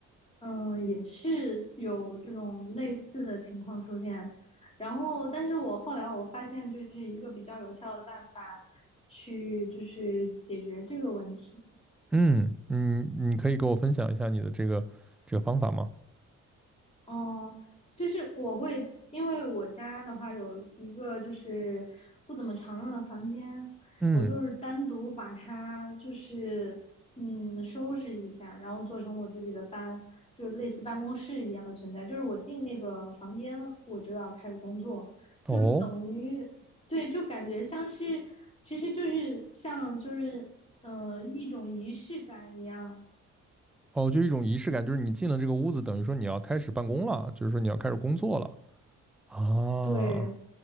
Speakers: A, on the left (about 20°); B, in the centre.
A: 嗯，也是有这种类似的情况出现。然后，但是我后来我发现，就是一个比较有效的办法去就是解决这个问题。
B: 嗯，嗯，你可以给我分享一下你的这个这个方法吗？
A: 哦，就是我会，因为我家的话有一个就是不怎么常用的房间，
B: 嗯，
A: 我就是单独把它就是嗯收拾一下，然后做成我自己的办，就是类似办公室一样的存在。就是我进那个房间，我就要开始工作，
B: 哦
A: 就等于对，就感觉像是，其实就是像就是嗯一种仪式感一样，
B: 哦，就一种仪式感，就是你进了这个屋子，等于说你要开始办公了，就是说你要开始工作了啊，
A: 对。